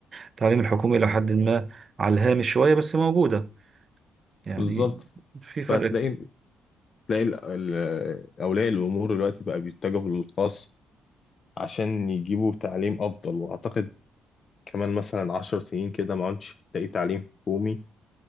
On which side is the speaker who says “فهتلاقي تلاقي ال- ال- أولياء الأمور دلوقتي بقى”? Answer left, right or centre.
Left